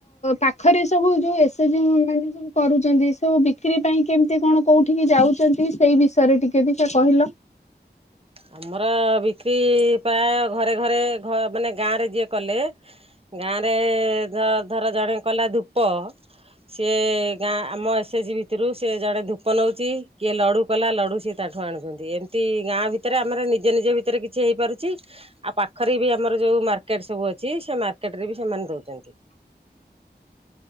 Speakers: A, on the left (about 40°); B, on the right (about 35°).
A: ପାଖରେ ସବୁ ଯୋଉ ଏସ ସି ଯି ମାନେ ସବୁ କରୁଛନ୍ତି। ସବୁ ବିକ୍ରି ପାଇଁ କେମିତି କଣ? କୋଉଠିକି ଯାଉଛନ୍ତି ସେଇ ବିଷୟରେ ଟିକେ ଦେଖିଆ କହିଲ।
B: ଆମର ବିକ୍ରି ପ୍ରାୟ ଘରେ ଘରେ ଘ ମାନେ ଗାଁ ରେ ଯିଏ କଲେ ଗାଁରେ ଧର ଜଣେ କଲା ଧୂପ ସିଏ ଗାଁ ଆମ ଏସ୍ ଏଚ ଜି ଭିତରୁ ସେ ଜଣେ ଧୂପ ନଉଛି କିଏ ଲଡୁ କଲା ଲଡ଼ୁ ସେ ତାଠୁ ଆଣୁଛନ୍ତି ଏମିତି ଗାଁ ଭିତରେ ଆମର ନିଜ ନିଜ ଭିତରେ କିଛି ହେଇପାରୁଛି। ଆଉ ପାଖରେ ବି ଆମର ଯୋଉ ମାର୍କେଟ ସବୁ ଅଛି ସେ ମାର୍କେଟ ରେ ବି ସେମାନେ ଦଉଛନ୍ତି।